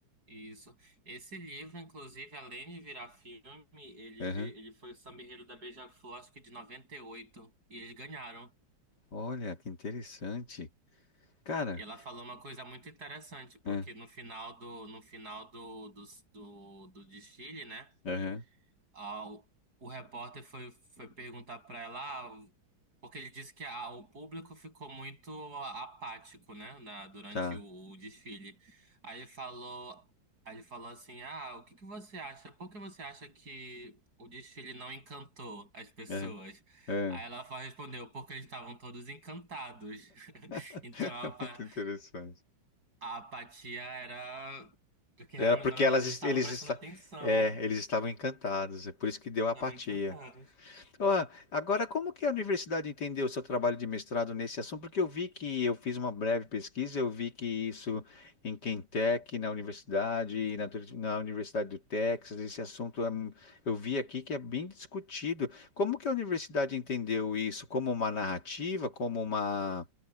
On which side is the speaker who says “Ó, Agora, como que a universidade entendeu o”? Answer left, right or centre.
Left